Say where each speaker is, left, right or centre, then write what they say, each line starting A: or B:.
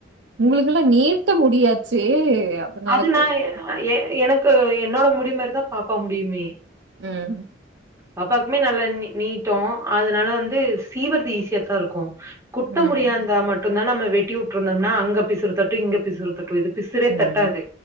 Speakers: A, on the right; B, on the right.
A: உங்களுக்குல்லா நீட்ட முடியாச்சே அதனால
B: அது நா
A: கேட்டேன்.
B: எ எனக்கு என்னோட முடி மாரிதா பாப்பா முடியுமே
A: ம்
B: பாப்பாக்குமே நல்லா நீ நீட்டோ அதனால வந்து சீவற்து ஈஸியா தா இருக்கு குட்ட
A: ம்,
B: முடியாந்தா மட்டுந்தா நம்ம வெட்டி உட்ருந்தம்னா அங்க பிசுருத்தட்டு இங்க பிசுருத்தட்டு இது பிசிறே
A: ம்,
B: தட்டாது